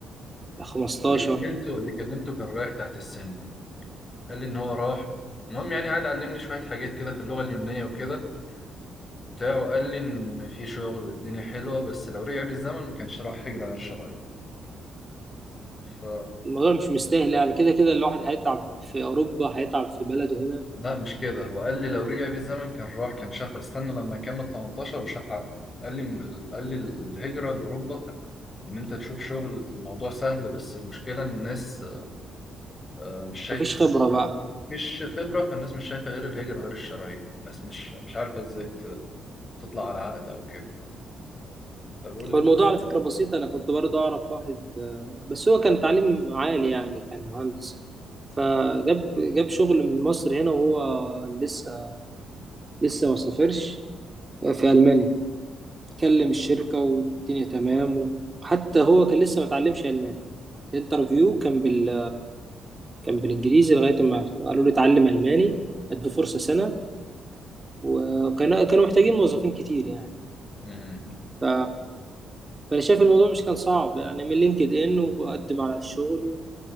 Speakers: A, on the right; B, on the left.
A: 15
B: اللي كلمته اللي كلمته كان رايح تحت السن قال لي ان هو راح المهم يعني قعد علمني شويه حاجات كده في اللغه اليونانيه وكده وبتاع وقال لي ان في شغل والدنيا حلوه بس لو رجع بالزمن ما كانش راح هجره غير شرعيه ف
A: الموضوع مش مستاهل يعني كده كده الواحد هيتعب في اوروبا هيتعب في بلده هنا
B: لا مش كده هو قال لي لو رجع بالزمن كان راح كان شاف استنى لما يكمل 18 وشاف عقد قال لي من- قال لي الهجره لاوروبا ان انت تشوف شغل الموضوع سهل بس المشكله ان الناس آه، مش شايفه
A: مفيش خبره بقى
B: مفيش خبره فالناس مش شايفه غير الهجره غير الشرعيه الناس مش مش عارفه ازاي ت- تطلع على عقد او كده فبقول
A: هو الموضوع على فكره بسيط انا كنت برضه اعرف واحد آه، بس هو كان تعليم عالي يعني كان مهندس فجاب جاب شغل من مصر هنا وهو لسه لسه ما سافرش في ألمانيا كلم الشركة والدنيا تمام وحتى هو كان لسه ما اتعلمش ألماني الانترفيو كان بال كان بالإنجليزي لغاية ما قالوا لي اتعلم ألماني ادوا فرصة سنة وكانوا كانوا محتاجين موظفين كتير يعني
B: لي
A: ف... فأنا شايف الموضوع مش كان صعب يعني من لينكد إن وقدم على الشغل